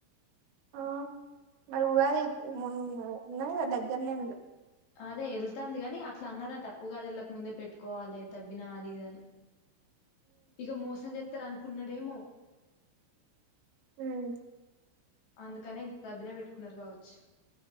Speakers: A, on the right; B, on the left.
A: ఆ మరి ఉగాది ముందు ఉన్నది కదా. దగ్గనే
B: అదే వెళ్తాంది కాగాని అట్లా అన్నారట ఉగాదిళ్ళక ముందే పెట్టుకోవాలి. దబ్బినా అది ఇది అని ఇక మోసం చేస్తారు అనుకున్నాడేమో.
A: ఉమ్
B: అందుకనే ఇంత తబ్బినా పెట్టుకున్నారు కావచ్చు.